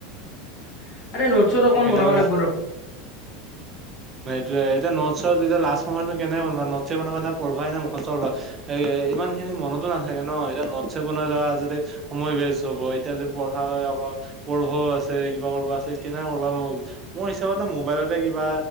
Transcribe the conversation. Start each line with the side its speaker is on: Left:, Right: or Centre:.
Left: আ। <inaudible> আৰে নোটছত অকণমান
Right: কেনেবাকে
Left: বনাব লাগিব ৰ।
Right: ত এতিয়া নটছ চটছ এতিয়া লাষ্ট সময়তনো কেনেকে বনাবা নটচছে বনাবা নে পঢ়বাই নে মুখস্থ কৰিবা, এ ইমান খিনি মনতো নাথাকে ন এতিয়া নটছে বনাই যোৱা যদি সময় ৱেষ্ট হব। এতিয়া যদি পঢ়া আকৌ পঢ়ভও আছে কিবা কৰিব আছে। ন ওলাম <inaudible> মোৰ হিচাপত ন মোবাইলতে কিবা